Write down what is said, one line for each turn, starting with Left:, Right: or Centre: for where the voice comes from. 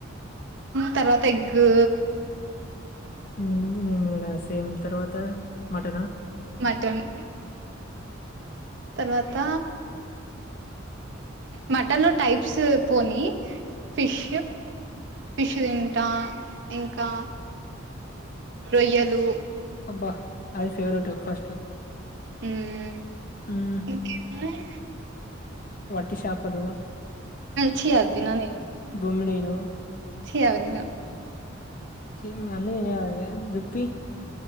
Right: తర్వాత ఎగ్గు
Left: నేను కూడ సేమ్ తర్వాత మటన
Right: మటన్ తర్వాత మటను టైప్స్ పోని ఫిష్ ఫిష్ తింట ఇంకా రొయ్యలు
Left: అబ్బ అది ఫేవరెట్ ఫస్ట్
Right: <unintelligible>
Left: హ్మ్ వట్టి షాపలు
Right: చి అవి తినను నేను
Left: గుమడీలు
Right: చీ ఆవిదిన
Left: <unintelligible> దుప్పి